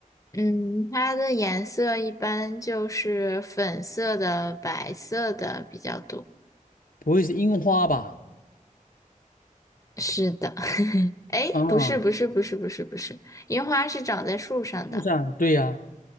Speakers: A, on the left; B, on the left.
A: 嗯，它的颜色一般就是粉色的、白色的比较多。
B: 不会是樱花吧？
A: 是的，<laughs> 哎，
B: 啊，
A: 不是，不是，不是，不是，不是，樱花是长在树上的，
B: 树上，对呀，